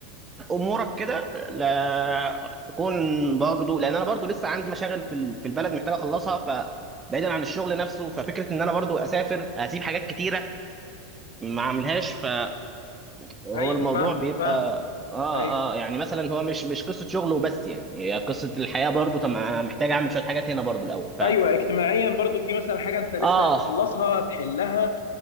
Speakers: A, on the right (about 20°); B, on the left (about 85°).
A: امورك كده لا تكون برضو لان انا برضو لسه عندي مشاغل في ال- في البلد محتاج اخلصها ف بعيدا عن الشغل نفسه ففكره ان انا برضو اسافر هسيب حاجات كتيره ما اعملهاش فهو الموضوع
B: أيوه فاهمك
A: بيبقى
B: فاهمك
A: اه
B: أيوه
A: اه يعني مثلا هو مش مش قصه شغل وبس يعني هي قصه الحياه برضو طب أنا محتاج اعمل شويه حاجات هنا برضو الاول ف
B: أيوه اجتماعيا برضو في مثلا حاجة أنت لسه
A: اه
B: هتخلصها هتحلها